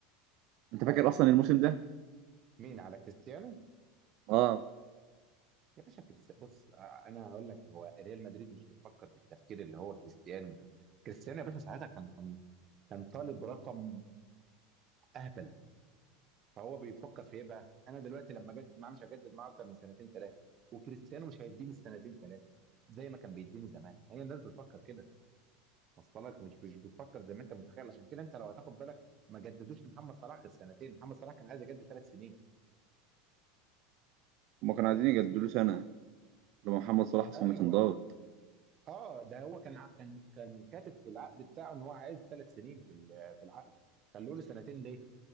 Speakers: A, on the right; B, on the right.
A: أنت
B: لا
A: فاكر
B: لا
A: أصلا
B: لا
A: الموسم
B: بس
A: ده؟
B: مين على كريستيانو
A: أه
B: يا باشا كريست... بص آه، انا هقول لك هو ريال مدريد مش بتفكر بالتفكير اللي هو كريستيانو مش... كريستيانو يا باشا ساعتها كان كان كان طالب رقم اهبل فهو بيفكر في ايه بقى؟ انا دلوقتي لما اجدد معاه مش هجدد معاه اكتر من سنتين ثلاثه وكريستيانو مش هيديني السنتين ثلاثه زي ما كان بيديني زمان هي الناس بتفكر كده وصل لك مش مش بتفكر زي ما انت متخيل عشان كده انت لو هتاخد بالك ما جددوش لمحمد صلاح غير سنتين محمد صلاح كان عايز يجدد ثلاث سنين
A: هما كانوا
B: فالناس
A: عايزين يجددوا
B: مش
A: له سنة لما محمد صلاح أصلا
B: ايوه
A: اللي كان ضاغط
B: اه ده هو كان ع- كان كان كاتب في العقد بتاعه ان هو عايز ثلاث سنين في ال- في العقد خلوه له سنتين ليه؟